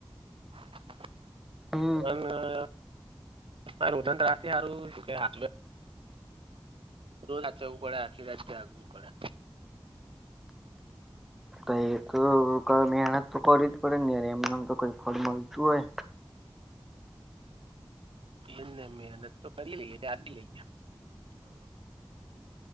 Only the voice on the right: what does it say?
<inaudible>
<unintelligible> રોજ હાચવું પડે આખી રાત જાગવું પડે
એને મેહનત તો કરી લઈએ આડી લઈએ.